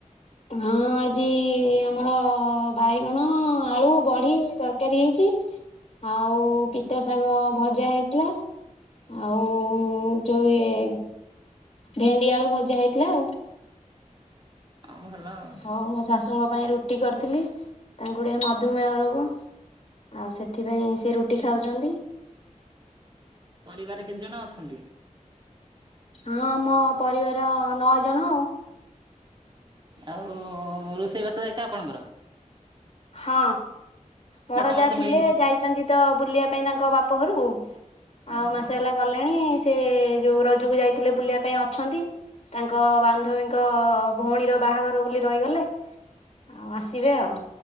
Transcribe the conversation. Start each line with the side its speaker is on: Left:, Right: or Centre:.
Left: ହଁ ଆଜି ଆମର ବାଇଗଣ ଆଳୁ ବଡି ତର କାରୀ ହେଇଚି, ଆଉ ପିତା ଶାଗ ଭଜା ହେଇଥିଲା। ଆଉ ଯୋଉ ଇଏ ଭେଣ୍ଡି ଆଳୁ ଭଜା ହେଇଥିଲା ଆଉ।
Right: ଭଲ ଆଉ
Left: ହଉ ମୋ ଶାଶୁଙ୍କ ପାଇଁ ରୁଟି କରିଥିଲି ତାଙ୍କୁ ଟେକେ ମଧୁମେହ ରୋଗ। ଆଉ ସେଥିପାଇଁ ସେ ରୁଟି ଖାଉଚନ୍ତି।
Right: ପରିବାର କେତେ ଜଣ ଅଛନ୍ତି?
Left: ହଁ ମୋ ପରିବାର ନଅ ଜଣ ଆଉ।
Right: ଆଉ ରୋଷେଇ ବାସ ଏକା ଆପଣଙ୍କର?
Left: ହଁ ବଡ
Right: ନା ସମସ୍ତେ
Left: ଯା ଥିଲେ
Right: ମିଳିମିଶି
Left: ଯାଇ ଚନ୍ତି ତ ବୁଲିବା ପାଇଁ ତାଙ୍କ ବାପ ଘରୁକୁ ଆଉ
Right: ଓହୋ।
Left: ମାସେ ହେଲା ଗଲେଣି ସେ ଯୋଉ ରଜକୁ ଯାଇଥିଲେ ବୁଲିବା ପାଇଁ ଅଛନ୍ତି ତାଙ୍କ ବାନ୍ଧବୀଙ୍କ ଭଉଣୀର ବାହାଘର ବୋଲି ରହିଗଲେ ଆସିବେ ଆଉ।